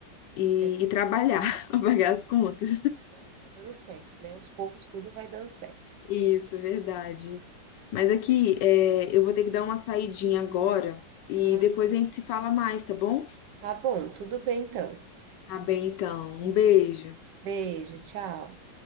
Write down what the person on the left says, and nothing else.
e,
e trabalhar <laughs> pra pagar as contas.
Isso, verdade. Mas aqui, é, eu vou ter que dar uma saidinha agora e
depois
a gente se fala mais, tá bom?
Tá bem, então. Um beijo.